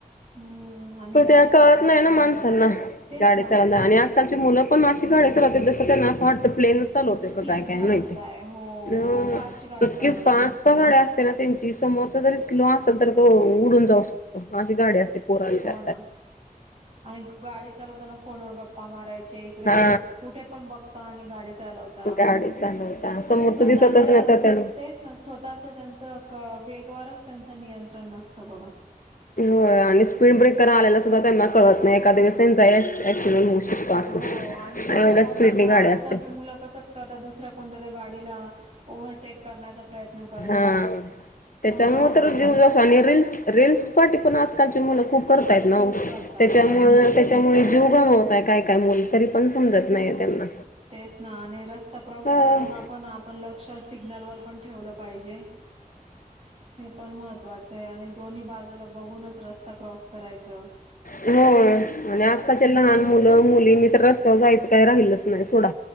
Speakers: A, on the right; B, on the left.
A: हम्म आणि
B: प
A: गाडी
B: ते
A: चालवताना
B: कळत नाय ना माणसांना
A: तेच
B: गाडी
A: ना
B: चालवताना आणि अस ताची मुलं पण अशी गाडी चालवतात जसं त्यांना असं वाटतं प्लेन चाल होत का
A: प्लेन
B: काय काय
A: चालवताय
B: माहिती
A: हो
B: अ
A: खूप फास्ट गाडी
B: इतकी
A: चालवता.
B: फास्ट गाड असते ना तेंची समोरचा जरी स्लो असेल तर तो उडून जाऊ शकतो अशी गाडया असते पोरांच्या
A: हा आणि गाडी चालवताना फोन वर गप्पा मारायचे इकडे
B: हा
A: तिकडे कुटे पण बघता आणि गाडी चालवता
B: गाडी चालवता समोरच
A: आणि स्वतःच्या
B: दिसतच नाही तर त्याला
A: तेच स्वतःच त्यांचं क वेगवारच त्यांचं नियंत्रण नसतं बगा
B: हो आणि स्पीड ब्रेक कर आल्याला सुद्धा त्यांना कळत नाई एकाद्यावेळेस तेंचा एक्सीडेंट होऊ असं.
A: हो आणि दुसऱ्या
B: एवढ्या
A: कोणत्याता
B: स्पीडने गाडी
A: आजकालची
B: असते
A: मुलं कसं करतात दुसऱ्या कोणत्या त्या गाडीला ओव्हरटेक करण्याचा प्रयत्न करता
B: हा. त्याच्यामुळे
A: ह ना
B: तर जीव जातो आणि रिल्स रिल्स पाठी आजकालची मुलं खूप करताय नाओ
A: खूप करताय
B: तेच्या
A: हो
B: मुळ त्यामुळे जीव गमवताय काय काय मुल तरी पण समजत नाहीये त्यांना
A: तेच ना आणि रस्ता क्रॉस
B: हा
A: करताना पण आपण लक्ष सिग्नल वर पण ठेवलं पाहिजे ते पण महत्वाचंय आणि दोन्ही बाजूला बघूनच रस्ता क्रॉस करायच
B: हो आणि आजकालचे लहान मुलं मुलींनी तर रस्त्यावर जायचं काय राहिलच न्हाइ सोडा